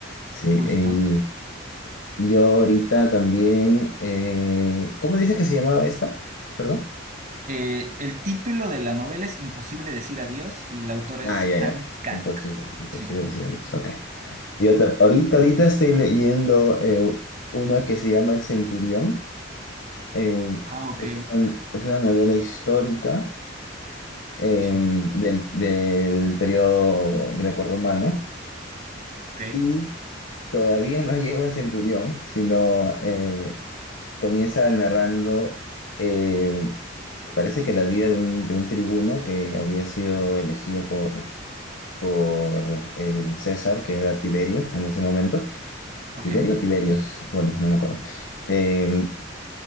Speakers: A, on the left; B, on the right.
A: Sí,
B: Justo.
A: y yo ahorita también, eh, ¿cómo dices que se llamaba esta? Perdón.
B: Eh, el título de la novela es Imposible decir adiós y la autora
A: Ah,
B: es
A: ya,
B: Han
A: ya.
B: Kang.
A: Imposible, imposible
B: Sí.
A: decir adiós. Ok. Yo ta- ahorita, ahorita estoy leyendo eh, una que se llama El Centurión. Eh,
B: Ah, ok,
A: es una, es una novela histórica eh,
B: sí,
A: del, del periodo grecorromano.
B: Ok,
A: Y todavía no llego al centurión, sino eh, comienza narrando, eh, parece que la vida de un, de un tribuno que había sido elegido por, por el César, que era Tiberio en ese momento.
B: ok,
A: ¿Tiberio o Tiberios? Bueno, no me acuerdo. Eh,